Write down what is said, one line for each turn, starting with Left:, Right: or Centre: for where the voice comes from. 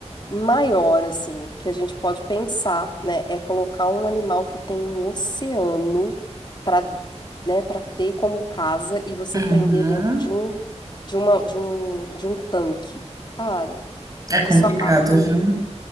Left: maior, assim, que a gente pode pensar, né, é colocar um animal que tem um oceano para, né, para ter como casa e você
Right: Uhum.
Left: prender dentro de um, de uma, de um, de um tanque. Cara,
Right: É complicado,
Left: isso acaba comigo.
Right: viu?